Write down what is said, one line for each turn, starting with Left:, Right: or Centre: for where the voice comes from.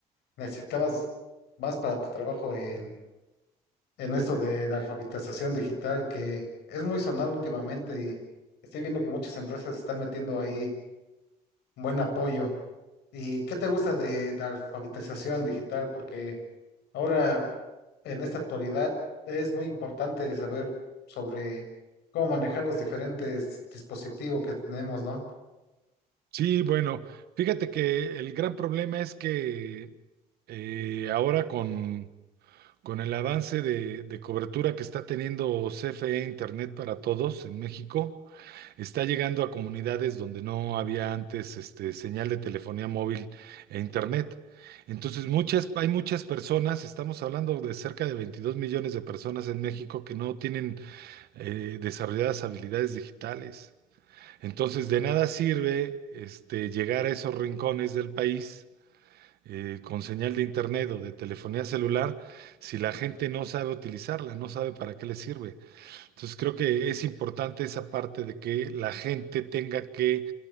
Left: necesitabas más para tu trabajo en, en esto de la alfabetización digital, que es muy sonado últimamente y estoy viendo que muchas empresas están metiendo ahí. buen apoyo. ¿Y qué te gusta de, de alfabetización digital? Porque ahora, en esta actualidad, es muy importante saber sobre cómo manejar los diferentes dispositivos que tenemos, ¿no?
Right: Sí, bueno, fíjate que el gran problema es que eh, ahora con, con el avance de, de cobertura que está teniendo CFE Internet para Todos en México, está llegando a comunidades donde no había antes este, señal de telefonía móvil e Internet. Entonces, muchas, hay muchas personas, estamos hablando de cerca de 22 millones de personas en México que no tienen eh, desarrolladas habilidades digitales. Entonces, de nada sirve este, llegar a esos rincones del país eh, con señal de internet o de telefonía celular si la gente no sabe utilizarla, no sabe para qué le sirve. Entonces, creo que es importante esa parte de que la gente tenga que,